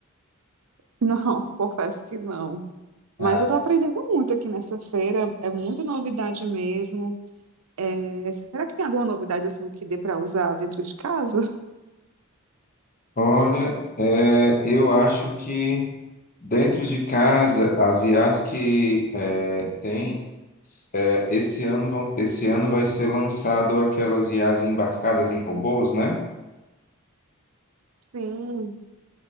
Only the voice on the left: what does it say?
Ah.
Olha, é, eu acho que Dentro de casa, as IAs que é, tem, é, esse ano vão, esse ano vai ser lançado aquelas IAs embarcadas em robôs, né?